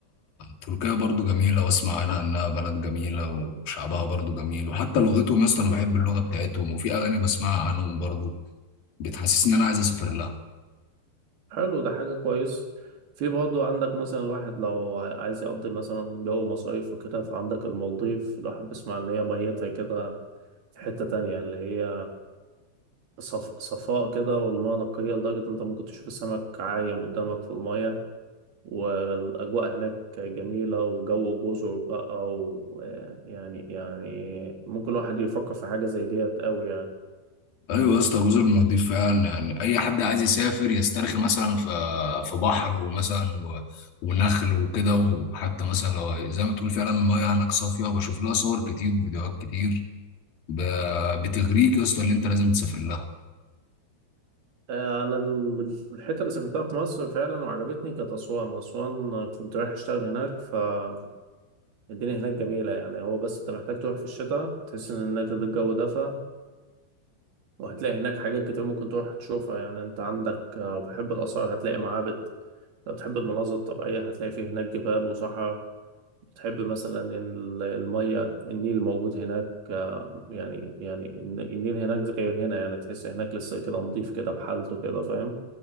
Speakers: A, on the left (about 60°); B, on the right (about 60°).
A: تركيا برضو جميله واسمع عنها انها بلد جميله وشعبها برضو جميل وحتى لغتهم يا اسطى انا بحب اللغه بتاعتهم وفي اغاني بسمعها عنهم برضو بتحسسني ان انا عايز اسافر لها
B: حلو ده حاجة كويس في برضه عندك مثلا الواحد لو ع- عايز يقضي مثلا جو مصايف وكده فعندك المالديف الواحد بيسمع إن هي ميتها كده في حتة تانية اللي هي صف... صفاء كده والمياه نقية لدرجة إن أنت ممكن تشوف السمك عايم قدامك في المية والأجواء هناك جميلة وجو جزر بقى ويعني يعني يعني ممكن الواحد يفكر في حاجة زي ديت أوي يعني
A: ايوه يا اسطى جزر المالديف فعلا يعني اي حد عايز يسافر يسترخي مثلا في في بحر ومثلا و... ونخل وكده وحتى مثلا لو زي ما تقول فعلا المايه هناك صافيه بشوف لها صور كتير وفيديوهات كتير ب... بتغريك يا اسطى اللي انت لازم تسافر لها
B: آه، أنا ال- الحتة اللي سافرتها في مصر فعلا وعجبتني كانت أسوان أسوان كنت رايح أشتغل هناك فالدنيا هناك جميلة يعني هو بس أنت محتاج تروح في الشتاء هتحس إن هناك الجو دفى وهتلاقي هناك حاجات كتير ممكن تروح تشوفها يعني أنت عندك آه، لو بتحب الآثار هتلاقي معابد لو تحب المناظر الطبيعية هتلاقي فيه هناك جبال وصحراء تحب مثلا إن ال- المية النيل موجود هناك آه، يعني يعني الن- النيل هناك غير هنا يعني تحس هناك لسه كده نضيف كده بحالته كده فاهم